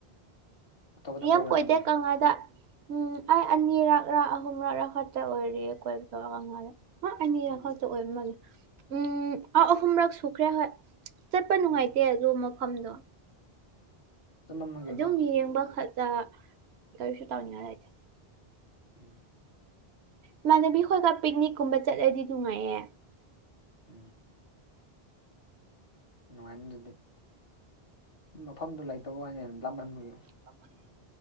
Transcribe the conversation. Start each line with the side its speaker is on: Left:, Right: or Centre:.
Left: ꯑꯇꯣꯞꯄꯗ
Right: ꯌꯥꯝ
Left: ꯀꯣꯏꯕ꯭ꯔꯥ
Right: ꯀꯣꯏꯗꯦ
Left: ꯑꯗꯨꯗꯤ
Right: ꯀꯪꯂꯥꯗ ꯎꯝ ꯑꯩ ꯑꯅꯤꯔꯛꯔꯥ ꯑꯍꯨꯝꯔꯛꯔꯥ ꯈꯛꯇ ꯑꯣꯏꯔꯤꯌꯦ ꯀꯣꯏꯕꯗꯣ ꯀꯪꯂꯥꯗ ꯍꯣꯏ ꯑꯅꯤꯔꯛ
Left: ꯎꯝ
Right: ꯈꯛꯇ ꯑꯣꯏꯕ ꯃꯥꯂꯦ ꯎꯝ ꯑꯥ ꯑꯍꯨꯝꯔꯛ ꯁꯨꯈ꯭ꯔꯦ ꯍꯣꯏ ꯆꯠꯄ ꯅꯨꯡꯉꯥꯏꯇꯦ
Left: ꯑꯣ
Right: ꯑꯗꯨ ꯃꯐꯝꯗꯣ
Left: ꯆꯠꯃꯝꯃꯒꯦꯀꯣ
Right: ꯑꯗꯨꯝ ꯌꯦꯡꯕ ꯈꯠꯇ ꯀꯔꯤꯁꯨ ꯇꯧꯅꯤꯡꯉꯥꯏ ꯂꯩꯇꯦ
Left: ꯎꯝ
Right: ꯏꯃꯥꯟꯅꯕꯤ ꯈꯣꯏꯒ ꯄꯤꯛꯅꯤꯛ ꯀꯨꯝꯕ ꯆꯠꯂꯗꯤ ꯅꯨꯡꯉꯥꯏꯌꯦ
Left: ꯎꯝ ꯅꯨꯡꯉꯥꯏꯅꯤꯗꯨꯗꯤ ꯃꯐꯝꯗꯨ ꯂꯩꯇꯕꯋꯥꯅꯦ ꯂꯥꯞꯃꯟꯕꯒꯤ
Right: ꯂꯥꯞꯃꯟꯕꯩ